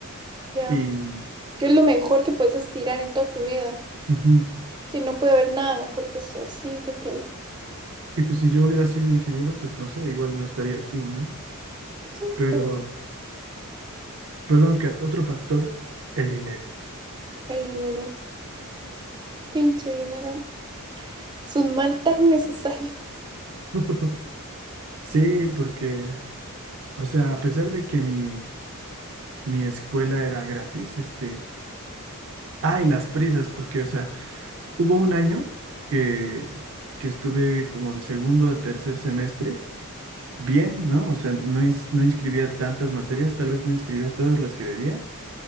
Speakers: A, on the right; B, on the right.
A: Ya.
B: y,
A: ¿Qué es lo mejor que puedes aspirar en toda tu vida?
B: ujú.
A: Que no puede haber nada mejor que eso. Sí, te entiendo.
B: Y pues si yo hubiera sido ingeniero, pues no sé, igual no estaría aquí, ¿no?
A: Sí,
B: Pero,
A: tú.
B: perdón, Kat, otro factor, el dinero.
A: El dinero. Pinche dinero. Es un mal tan necesario.
B: <laughs> Sí, porque, o sea, a pesar de que mi, mi escuela era gratis, este, ay, las prisas, porque, o sea, Hubo un año que, que estuve como de segundo a tercer semestre, bien, ¿no? O sea, no, ins- no inscribía tantas materias, tal vez no inscribía todas las que debía